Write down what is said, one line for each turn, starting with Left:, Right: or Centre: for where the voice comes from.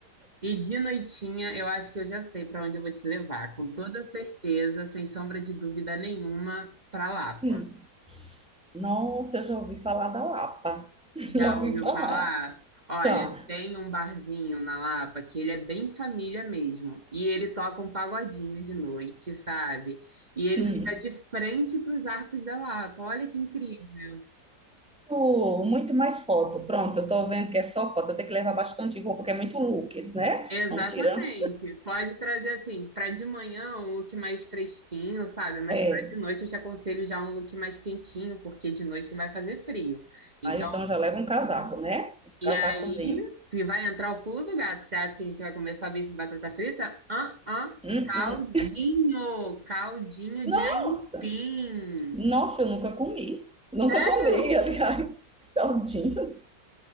Right: E de noitinha, eu acho que eu já sei para onde eu vou te levar, com toda certeza, sem sombra de dúvida nenhuma, para Lapa.
Centre: Hum, nossa, eu já ouvi falar da Lapa. <laughs>
Right: Já
Centre: Já ouvi
Right: ouviu
Centre: falar.
Right: falar? Olha,
Centre: Já.
Right: tem um barzinho na Lapa que ele é bem família mesmo, e ele toca um pagodinho de noite, sabe? E ele
Centre: Hum.
Right: fica de frente para os Arcos da Lapa. Olha que incrível.
Centre: Muito muito mais foto. Pronto, eu tô vendo que é só foto. Eu tenho que levar bastante roupa, porque é muito looks, né?
Right: Exatamente.
Centre: Vamos tirando.
Right: Pode trazer assim, para de manhã um look mais fresquinho, sabe? Mas
Centre: É.
Right: para de noite eu te aconselho já um look mais quentinho, porque de noite vai fazer frio. Então,
Centre: Aí então já leva um casaco, né? Uns
Right: e
Centre: casacozinhos.
Right: aí que vai entrar o pulo do gato. Você acha que a gente vai comer só bife e batata frita? Ah, ah,
Centre: Hum, hum.
Right: caldinho, caldinho
Centre: Nossa!
Right: de aipim.
Centre: Nossa, eu nunca comi. Nunca
Right: Sério?
Centre: tomei, aliás. <laughs> Taldinho.